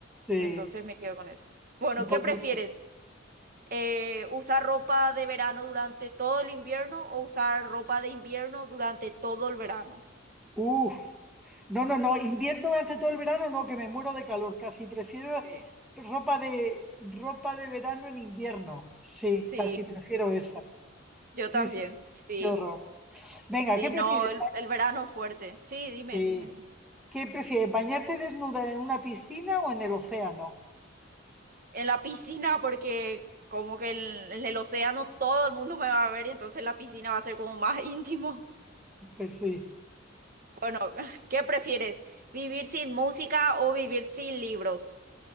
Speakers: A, in the centre; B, on the right (about 45°).
A: sí,
B: Entonces me quedo con esa. Bueno,
A: un poquito.
B: ¿qué prefieres? eh, usar ropa de verano durante todo el invierno o usar ropa de invierno durante todo el verano.
A: Uf, no, no, no, invierno durante todo el verano, no, que me muero de calor, casi prefiero
B: Sí.
A: ropa de ropa de verano en invierno. Sí,
B: Sí,
A: casi prefiero esa.
B: yo
A: Sí,
B: también,
A: sí,
B: sí,
A: qué horror. Venga,
B: sí,
A: ¿qué prefieres?
B: no, el, el verano es fuerte. Sí, dime,
A: Sí.
B: dime. dime.
A: ¿Qué prefieres, bañarte desnuda en una piscina o en el océano?
B: En la piscina, porque como que en, en el océano todo el mundo me va a ver y entonces la piscina va a ser como más íntimo.
A: Pues sí,
B: Bueno, <laughs> ¿qué prefieres? ¿Vivir sin música o vivir sin libros?